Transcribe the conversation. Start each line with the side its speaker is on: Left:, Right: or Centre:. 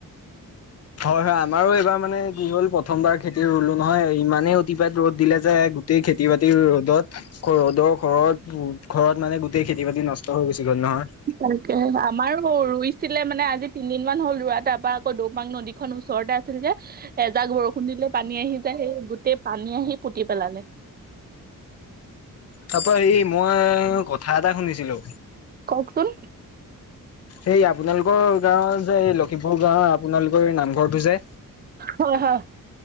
Left: হয় হয় আমাৰো এইবাৰ মানে কি হ'ল প্ৰথমবাৰ খেতি ৰুলো নহয় ইমানেই অতিপাত ৰ'দ দিলে যে গো টেই খেতি-বাতি ৰ'দত আকৌ ৰ'দৰ ঘৰত, ঘৰত মানে গোটেই খেতি-বাতি নষ্ট হৈ গুছি গ'ল নহয়।
Right: তাকে, আমাৰো ৰুইছিলে মানে আজি তিনদিন মান হ'ল ৰোৱা তাৰপা আকৌ দৌপাং নদী খন ওচৰতে আ ছিল যে, এজাক বৰষুণ দিলে পানী আহি যায় সেই গোটেই পানী আহি পুতি পেলালে।
Left: তাৰপা হেৰি মই কথা এটা শুনিছিলো।
Right: কওকচোন।
Left: সেই আপোনালোকৰ গাওৰ যে এই লখিমপুৰ গাওৰ আপোনালোকৰ নামঘৰটো যে।
Right: হয় হয়।